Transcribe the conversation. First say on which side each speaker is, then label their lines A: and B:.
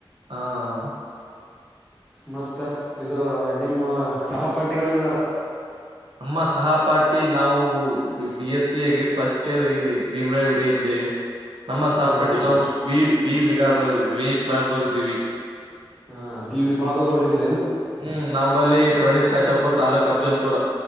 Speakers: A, on the right (about 65°); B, in the centre.
A: ಹ
B: ಮತ್ತ ಇದು ನಿಮ್ಮ ಸಹಪಾಠಿಗಳ್ ಹೆಂಗಾರ
A: ಅಮ್ಮ ಸಹಪಾಠಿ ನಾವು B S C agri first year ಇಲ್ಲಿ ಭೀಮ್ರಾಯ ಗುಡಿಯಲ್ಲಿ ನಮ್ಮ ಸಾಪಾಟಿ
B: ಹ
A: ನಾವು ವಿ ಬಿ ವಿಗ ವಿ ಕ್ಲಾಸ್ ದೊರಿದ್ದೀವಿ
B: ಹ ಬಿ ವಿಭಾಗದವರು ಇದಿ
A: ಹ್ಮ್ ನಂಬಲ್ಲಿ ಪ್ರಣೀತ್ ಕಚಾಪುರ್ ತಾಲಕ ಅಫಜಲ್ಪುರ